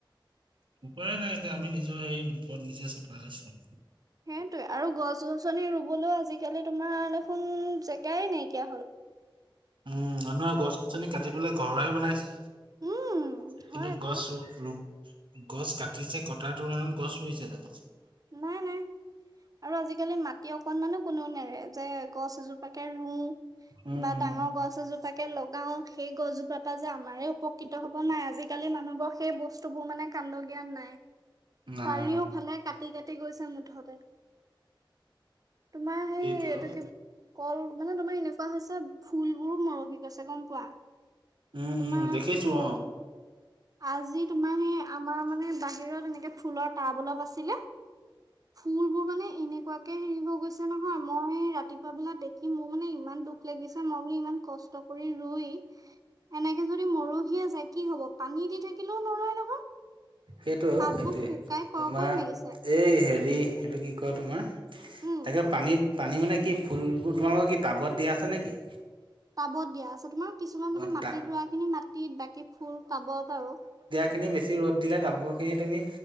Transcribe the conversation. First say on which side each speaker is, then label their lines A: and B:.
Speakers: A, on the right; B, on the right.
A: উপায়ে নাই এতিয়া। আমি নিজৰ সেই বিপদ নিজে ছপাই লৈছোঁ।
B: সেইটোৱে। আৰু গছ-গছনি ৰুবলৈও আজিকালি তোমাৰ দেখোন জেগাই নাইকিয়া হ'ল।
A: উম, মানুহে গছ গছনি কাটি পেলাই ঘৰ দুৱাইে বনাইছে।
B: উম
A: কিন্তু
B: হয় আকৌ
A: গছ ৰুব গছ কাটিছে কটাৰ তুলনাত গছ ৰুইছে জানো?
B: নাই নাই আৰু আজিকালি মাটি অকনমানো কোননেও নেৰে যে গছ এজোপ তাকে ৰু
A: উম,
B: বা
A: উম,
B: ডাঙৰ গছ এ জোপা তাকে লগাওঁ সেই গছজোপ পৰা যে আমাৰ উপকৃত হ'ব নাই। আজিকালি মানুহবোৰৰ সেই বস্তুৃ বোৰ মানে কান্দ জ্ঞান নাই।
A: নাই।
B: চাৰিওফালে কাটি কাটি গৈছে মুঠতে। তোমাৰ সেই
A: সেইটোৱে
B: এইটো
A: অ',
B: কি কল মানে তোমাৰ এনেকুৱা হৈছে ফুলবোৰো মৰহি গৈছে গম পোৱা।
A: উম,
B: তোমাৰ
A: উম দেখিছো অ'।
B: আজি তোমাৰ সেই আমাৰ মানে বাহিৰত এনেকে ফুলৰ টাব অলপ আছিলে। ফুলবোৰ মানে এনেকুৱাকে হেৰি হৈ গৈছে নহয় মই ৰাতিপুৱা বেলা দে কি মোৰ মানে ইমান দুখ লাগিছে মই বো ইমান কষ্ট কৰি ৰুই। এনেকে যদি মৰহিয় যায় কি হ'ব পানী দি থাকিলেও নৰয় নহয়।
A: সেইটো
B: পাতবোৰ
A: সেইটোয়ে
B: শুকাই কৰকৈ
A: তোমাৰ
B: মাৰিছে
A: এই হেৰি এইটো কি কয় তোমাৰ
B: উম
A: তাকে পানীত পানী মানে কি ফুলবোৰ তোমালোকৰ কি টাবত দিয়া আছে নেকি?
B: টাবত দিয়া আছে তোমাৰ কিছুমান মানে
A: অ',
B: মাটিত
A: টা
B: ৰোৱাখিনি মাটিত বাকী ফুল টাবত আৰু।
A: খিনি বেছি ৰ'দ দিলে তাবৰখিনি তুমি